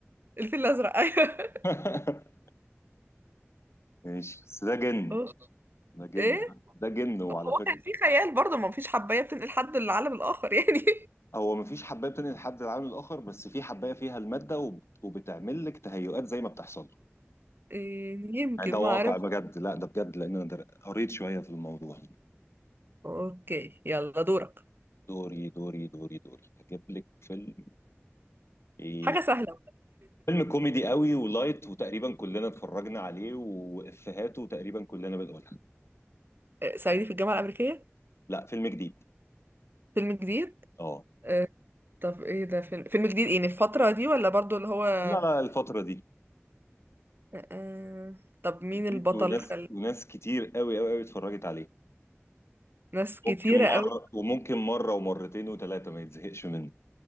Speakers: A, on the right; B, on the left.
A: الفيل الأزرق أيوه
B: <laughs> ماشي بس ده جن
A: أوه.
B: ده جن
A: ايه
B: ده ده جن وعلى
A: هو
B: فكرة
A: كان في خيال برضه ما فيش حباية بتنقل حد للعالم الآخر يعني
B: هو مفيش حباية بتنقل حد العالم الاخر بس في حباية فيها المادة وب- وبتعمل لك تهيؤات زي ما بتحصل
A: إيه، يمكن
B: يعني ده
A: ما
B: واقع
A: اعرف
B: بجد لا ده بجد لان انا در- قريت شويه في الموضوع
A: اوكي يلا دورك
B: دوري دوري دوري دوري هجيب لك فيلم ايه
A: حاجة سهلة
B: فيلم كوميدي قوي ولايت وتقريبا كلنا اتفرجنا عليه وافيهاته تقريبا كلنا بنقولها
A: إيه، صعيدي في الجامعة الأمريكية
B: لا فيلم جديد
A: فيلم جديد
B: اه
A: إيه، طب ايه ده فيلم فيلم جديد ايه الفترة دي ولا برضو اللي هو آه،
B: لا لا، الفتره دي
A: آه، طب مين
B: جديد
A: البطل
B: وناس
A: خل...
B: وناس كتير قوي قوي قوي اتفرجت عليه
A: ناس كتيرة
B: ممكن مره
A: قوي
B: وممكن مره ومرتين وثلاثه ما يتزهقش منه